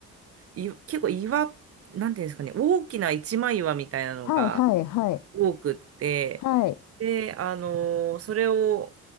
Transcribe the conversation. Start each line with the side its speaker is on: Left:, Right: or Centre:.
Right: い、結構岩、なんていうんですかね、大きな一枚岩みたいなのが
Left: はいはいはい。
Right: 多くって、
Left: はい。
Right: で、あのーそれを